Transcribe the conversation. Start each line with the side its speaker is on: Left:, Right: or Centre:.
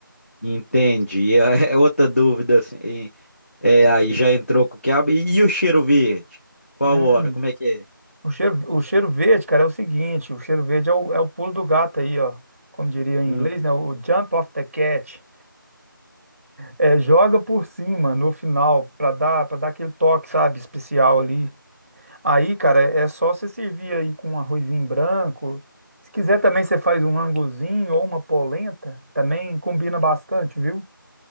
Left: entendi. É é outra dúvida assim. É, aí já entrou com o quiabo. E, e o cheiro verde? Qual
Right: Hum,
Left: hora? Como é que é?
Right: O cheiro, o cheiro verde, cara, é o seguinte, o cheiro verde é o, é o pulo do gato aí, ó. Como diria em
Left: Hum.
Right: inglês, né? O jump off the cat. É, joga por cima no final pra dar, para dar aquele toque, sabe, especial ali. Aí, cara, é só você servir aí com um arrozinho branco. Se quiser também você faz um anguzinho ou uma polenta, também combina bastante, viu?